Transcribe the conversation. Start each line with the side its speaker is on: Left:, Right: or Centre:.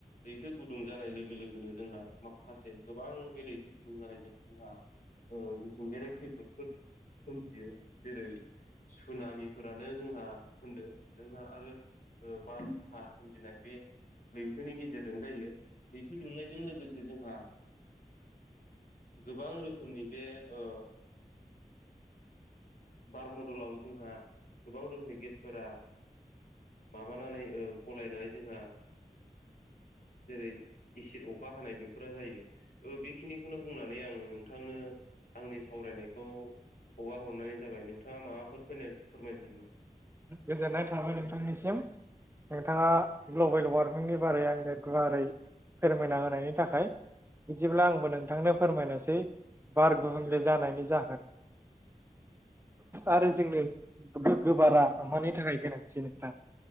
Left: लैथो गुदुं जानाय लोगो लोगोनो जोंहा माखासे गोबां बे लैथो गुदुं जानायजों जोंहा ओ मिथिंगायारि खैफोदफोर सोमजियो जेरै सुनामिफोरानो जोंहा होनदो जोंहा आरो ओ बारहुखा सोमजिनाय बे लैथोनि गेजेरजों जायो। लैथो दुमनायजों लोगोसे जोंहा गोबां रोखोमनि बे ओ बार मनडलाव जोंहा गोबां रोखोमनि गेसफोरा माबानानै ओ गलायनानै जोंहा जेरै एसिद अखा हानाय बेफोरा जायो। ओ बे खिनिखौनो बुंनानै आं नोंथांनो आंनि सावरायनायखौ हगार हरनाय जाबाय। नोंथाङा माबाफोर फोनो फोरमायनो सानो नामा?
Right: गोजोननाय थाबाय नोंथांनिसिम नोंथाङा ग्लबेल वारमिंनि बारै आनो गुवारै फोरमायना होनायनि थाखाय। बिदिब्ला आंबो नोंथांनो फोरमायनोसै बार गुबुं ग्ले जानायनि जागोन आरो जोंनो गोग्गो बारा मानि थाखाय गोनांथि नोंथां